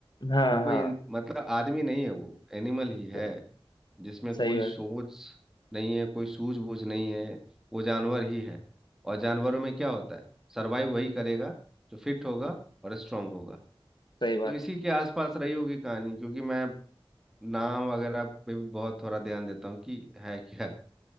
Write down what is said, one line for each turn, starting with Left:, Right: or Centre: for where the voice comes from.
Left: हाँ
Centre: वो कोई
Left: हाँ
Centre: इन- मतलब आदमी नहीं है वो एनिमल ही है
Left: सही
Centre: जिसमें कोई
Left: सही बात
Centre: सोच नहीं है कोई सूझबूझ नहीं है वो जानवर ही है और जानवरों में क्या होता है सरवाइव वही करेगा जो फिट होगा और स्ट्रांग होगा
Left: सही बात
Centre: तो इसी
Left: है
Centre: के आसपास रही होगी कहानी क्योंकि मैं नाम वगैरह पे भी बहुत थोड़ा ध्यान देता हूँ कि है क्या